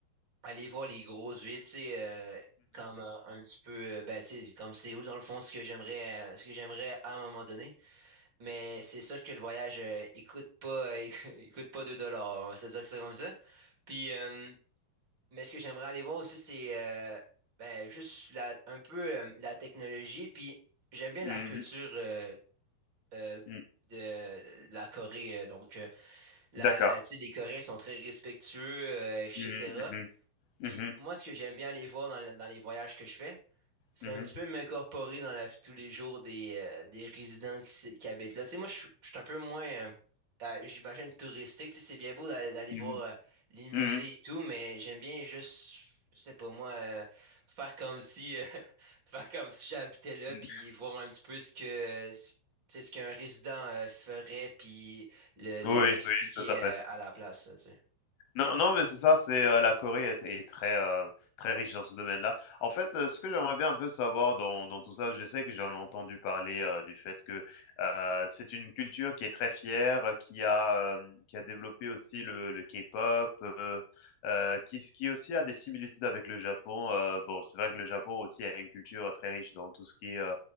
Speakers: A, on the right; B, on the left.
A: aller voir les grosses villes, tu sais, euh, comme euh, un petit peu, euh, ben, tu sais, comme Séoul, dans le fond, ce que j'aimerais, euh, ce que j'aimerais à un moment donné. Mais c'est sûr que le voyage, euh, il coûte pas, euh, <laughs> il coûte pas 2 dollars, on va se dire que c'est comme ça. Puis, euh, mais ce que j'aimerais aller voir aussi, c'est euh, ben, juste la, un peu euh, la technologie, puis j'aime bien
B: Mhm.
A: la culture euh, euh,
B: Mhm.
A: de, de la Corée, euh, donc. euh, la,
B: D'accord.
A: tu sais, les Coréens sont très respectueux, euh, etc.
B: Mhm. Mhm. Mhm.
A: Puis moi, ce que j'aime bien aller voir dans, le- dans les voyages que je fais, c'est
B: Mhm.
A: un petit peu m'incorporer dans la vie de tous les jours des, euh, des résidents qui, s- qui habitent là. Tu sais, moi, je suis je suis un peu moins, euh, euh, j'imagine, touristique. Tu sais, c'est bien beau d'aller d'aller
B: Mhm.
A: voir euh, les musées
B: Mmh mh.
A: et tout, mais j'aime bien juste, je sais pas moi, euh, faire comme si, euh, <laughs> faire comme si j'habitais là,
B: Mmh.
A: puis voir un petit peu ce que, ce, tu sais, ce qu'un résident euh, ferait, puis le,
B: Oui,
A: le répliquer
B: oui, tout à fait.
A: euh, à la place, là, tu sais.
B: Non, non, mais c'est ça, c'est, heu, la Corée est est très, heu, très riche dans ce domaine-là. En fait, heu, ce que j'aimerais bien un peu savoir dans dans tout ça, je sais que j'en ai entendu parler, heu, du fait que, heu, c'est une culture qui est très fière, heu, qui a, hem, qui a développé aussi le le K-pop, heu heu, qui s qui aussi a des similitudes avec le Japon. Heu, bon, c'est vrai que le Japon aussi a une culture très riche dans tout ce qui est, heu